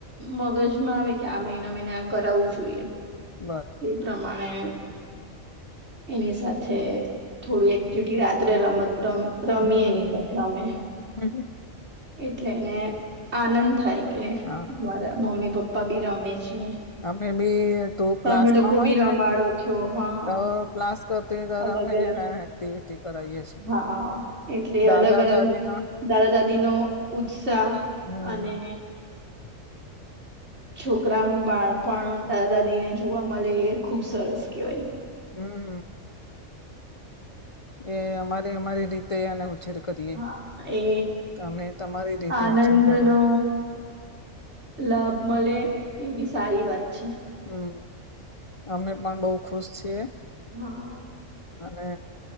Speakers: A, on the right (about 55°); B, on the left (about 30°).
A: મગજમાં આવે કે આ મહિના એને આ કરાવવું જોઈએ,
B: બરાબર
A: પ્રમાણે એની સાથે થોડું એક્ટિવિટી રાત્રે રમત રમ રમીએ
B: હમ
A: એની સાથે અમે
B: હમ
A: એટલે એને આનંદ થાય કે
B: હા.
A: મારા મમ્મી પપ્પા બી રમે છે.
B: અમે બી તું
A: તમે
B: ક્લાસમાં
A: લોકો
B: હોય
A: બી રમાડો
B: ને
A: છો હા.
B: તો ક્લાસ કરતી ત્યારે
A: અલગ
B: અમે
A: અલગ
B: એને એક્ટિવિટી કરાઈએ છીએ
A: હાહ એટલે
B: દાદા
A: અલગ
B: દાદી
A: અલગ
B: ના
A: દાદા દાદી નો ઉત્સાહ
B: હમ
A: અને
B: <inaudible>
A: છોકરાનું બાળપણ દાદા દાદીને જોવા મળે એ ખુબ સરસ કહેવાય.
B: હમ્મ એ અમારી અમારી રીતે એને ઉછેર કરીએ
A: હા એ
B: તમે તમારી રીતે
A: આનંદ
B: ઉછેર કરો
A: નો લાભ મળે એ બી સારી વાત છે.
B: હમ્મ અમે પણ બઉ ખુશ છીએ.
A: હા.
B: અને